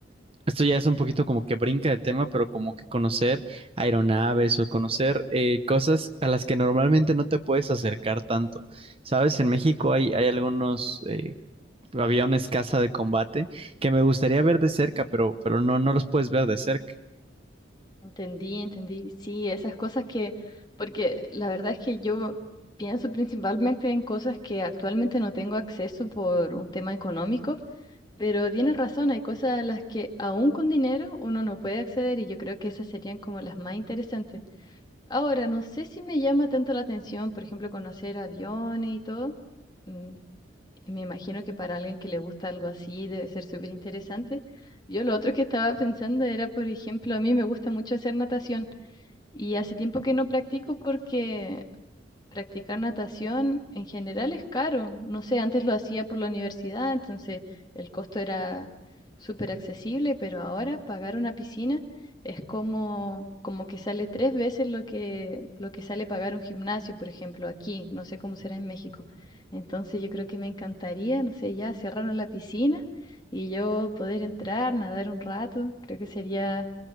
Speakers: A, on the right; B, on the left.
A: esto ya es un poquito como que brinca el tema, pero como que conocer aeronaves o conocer eh, cosas a las que normalmente no te puedes acercar tanto. Sabes, en México hay, hay algunos eh, aviones caza de combate que me gustaría ver de cerca, pero, pero no, no los puedes ver de cerca.
B: Entendí, entendí. Sí, esas cosas que, porque la verdad es que yo pienso principalmente en cosas que actualmente no tengo acceso por un tema económico, pero tienes razón, hay cosas a las que aún con dinero uno no puede acceder y yo creo que esas serían como las más interesantes. Ahora, no sé si me llama tanto la atención, por ejemplo, conocer aviones y todo. Mm, Me imagino que para alguien que le gusta algo así debe ser súper interesante. Yo lo otro que estaba pensando era, por ejemplo, a mí me gusta mucho hacer natación. Y hace tiempo que no practico porque practicar natación en general es caro. No sé, antes lo hacía por la universidad, entonces el costo era súper accesible, pero ahora pagar una piscina es como, como que sale tres veces lo que, lo que sale pagar un gimnasio, por ejemplo, aquí. No sé cómo será en México. Entonces yo creo que me encantaría, no sé, ya cerraron la piscina y yo poder entrar, nadar un rato, creo que sería